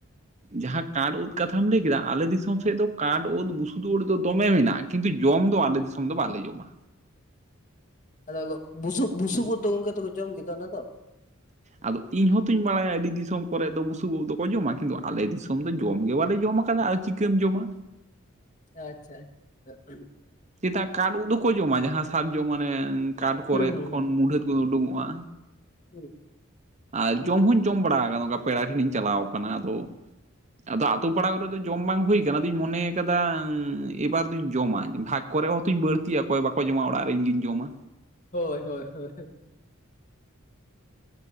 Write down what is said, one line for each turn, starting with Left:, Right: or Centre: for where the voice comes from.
Right: ᱡᱟᱦᱟᱸ ᱠᱟᱴ ᱩᱫ ᱠᱟᱛᱷᱟᱢ ᱞᱟᱹᱭ ᱠᱮᱫᱟ ᱟᱞᱮ ᱫᱤᱥᱚᱢ ᱥᱮᱫ ᱫᱚ ᱠᱟᱴ ᱩᱫ ᱵᱩᱥᱩᱫ ᱩᱫ ᱫᱚ ᱫᱚᱢᱮ ᱢᱮᱱᱟᱜᱼᱟ ᱠᱤᱱᱛᱩ ᱡᱚᱢ ᱫᱚ ᱟᱞᱮ ᱫᱤᱥᱚᱢ ᱫᱚ ᱵᱟᱞᱮ ᱡᱚᱢᱟ
Left: ᱟᱫᱚ ᱵᱩᱥᱩᱵ ᱵᱩᱥᱩᱵᱩ ᱩᱫ ᱫᱚ ᱜᱚᱢᱠᱮ ᱫᱚᱠᱚ ᱡᱚᱢ ᱜᱮᱫᱚ ᱚᱱᱟ ᱫᱚ
Right: ᱟᱫᱚ ᱤᱧ ᱦᱚᱸᱛᱚᱧ ᱵᱟᱲᱟᱭᱟ ᱟᱹᱰᱤ ᱫᱤᱥᱚᱢ ᱠᱚᱨᱮ ᱫᱚ ᱵᱩᱥᱩᱵ ᱩᱫ ᱫᱚᱠᱚ ᱡᱚᱢᱟ ᱠᱤᱱᱛᱩ ᱟᱞᱮ ᱫᱤᱥᱚᱢ ᱫᱚ ᱡᱚᱢ ᱜᱮ ᱵᱟᱞᱮ ᱡᱚᱢᱟ ᱪᱟᱞᱟᱜ ᱟᱨ ᱪᱤᱠᱟᱹᱢ ᱡᱚᱢᱟ
Left: ᱟᱪᱪᱷᱟ ᱟᱪᱪᱷᱟ
Right: ᱪᱮᱛᱟ ᱠᱟᱴ ᱩᱫ ᱫᱚᱠᱚ ᱡᱚᱢᱟ ᱡᱟᱦᱟᱸ ᱥᱟᱨᱡᱚᱢ ᱢᱟᱱᱮ ᱠᱟᱴ ᱠᱚᱨᱮ
Left: ᱦᱩᱸ
Right: ᱠᱷᱚᱱ
Left: ᱦᱩᱸ
Right: ᱢᱩᱰᱦᱟᱹᱛ ᱠᱚᱨᱮ ᱠᱷᱚᱱ ᱩᱸᱰᱩᱜᱚᱜᱼᱟ
Left: ᱦᱩᱸ
Right: ᱟᱨ ᱡᱚᱢ ᱦᱚᱸᱧ ᱡᱚᱢ ᱵᱟᱲᱟ ᱠᱟᱫᱟ ᱱᱚᱝᱠᱟ ᱯᱮᱲᱟ ᱴᱷᱮᱱᱤᱧ ᱪᱟᱞᱟᱣ ᱠᱟᱱᱟ ᱟᱫᱚ ᱟᱫᱚ ᱟᱛᱳ ᱯᱟᱲᱟ ᱠᱚᱨᱮ ᱫᱚ ᱡᱚᱢ ᱵᱟᱝ ᱦᱩᱭ ᱟᱠᱟᱱᱟ ᱟᱫᱚᱧ ᱢᱚᱱᱮ ᱠᱟᱫᱟ ᱮᱵᱟᱨ ᱫᱩᱧ ᱡᱚᱢᱟ ᱵᱷᱟᱜ ᱠᱚᱨᱮ ᱦᱚᱸᱛᱚᱧ ᱵᱟᱹᱲᱛᱤᱜᱼᱟ ᱚᱠᱚᱭ ᱵᱟᱠᱚ ᱡᱚᱢᱟ ᱚᱲᱟᱜ ᱨᱮ ᱤᱧᱜᱤᱧ ᱡᱚᱢᱟ
Left: ᱦᱳᱭ ᱦᱳᱭ ᱦᱳᱭ